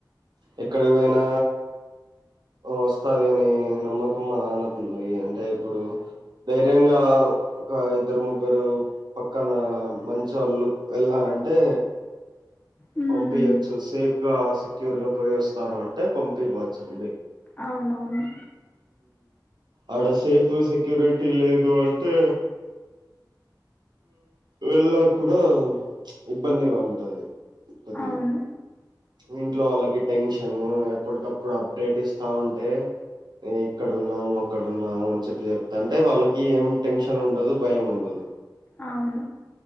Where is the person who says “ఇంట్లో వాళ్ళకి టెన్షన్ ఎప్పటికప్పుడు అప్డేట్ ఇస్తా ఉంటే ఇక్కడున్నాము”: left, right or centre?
Right